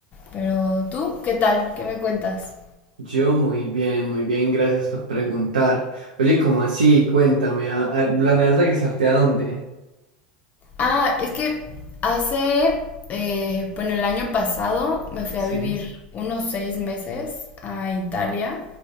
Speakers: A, on the left; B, on the right.
A: Pero tú, ¿qué tal? ¿Qué me cuentas?
B: Yo muy bien, muy bien, gracias por preguntar. Oye, ¿cómo así? Cuéntame, ¿a- a- ¿planeas regresarte a dónde?
A: Ah, es que hace, eh, bueno, el año pasado me fui
B: Sí,
A: a vivir unos seis meses a Italia